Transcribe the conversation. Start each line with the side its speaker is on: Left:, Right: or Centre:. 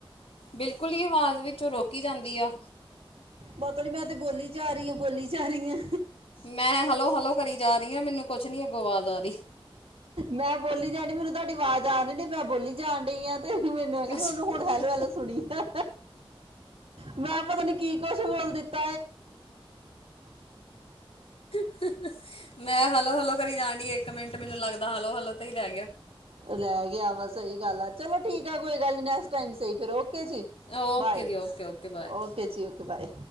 Left: ਬਿਲਕੁਲ ਹੀ ਆਵਾਜ਼ ਵਿੱਚੋਂ ਰੋਕੀ ਜਾਂਦੀ ਆ
Right: ਮਤਾ ਨੀ ਮੈਂ ਤੇ ਬੋਲੀ ਜਾ ਰਹੀ ਹਾਂ ਬੋਲੀ ਜਾ ਰਹੀ ਹਾਂ
Left: ਮੈਂ ਹਲੋ ਹਲੋ ਕਰੀ ਜਾ ਰਹੀ ਹਾਂ ਮੈਨੂੰ ਕੁਛ ਨੀ ਅੱਗੋਂ ਆਵਾਜ਼ ਆ ਰਹੀ
Right: ਮੈਂ ਬੋਲੀ ਜਾਣੀ ਮੈਨੂੰ ਤੁਹਾਡੀ ਆਵਾਜ਼ ਆਣ ਡ ਮੈਂ ਬੋਲੀ ਜਾਣ ਡਈ ਆਾਂ ਮੈਨੂੰ ਐਂਗਲੀ
Left: ਅੱਛਾ
Right: ਉਹਨੂੰ ਹੁਣ ਹੈਲੋ ਹੈਲੋ ਸੁਣੀ ਆ ਮੈਂ ਆਪਤਾਨ ਕੀ ਕੁਛ ਬੋਲ ਦਿੱ <inaudible>
Left: ਹ ਹ। ਮੈਂ ਹਲੋ ਹਲੋ ਕਰੀ ਜਾਣ ਡ ਇੱਕ ਮਿੰਟ ਮੈਨੂੰ ਲੱਗਦਾ ਹਲੋ ਹਲੋ ਤੇ ਹੀ ਰਹਿ ਗਿਆ?
Right: ਰਹਿ ਗਿਆ ਵਾ ਸਹੀ ਗੱਲ ਆ ਚਲੋ ਠੀਕ ਆ ਕੋਈ ਗੱਲ ਨੀ। ਨੈਕਸਟ ਟਾਈਮ ਸਹੀ ਫਿਰ ਓਕੇ ਜੀ
Left: ਓਕੇ
Right: ਬਾਏ
Left: ਜੀ ਓਕੇ ਓਕੇ ਬਾਏ
Right: ਓਕੇ ਜੀ ਓਕੇ। ਦੁਬਏ।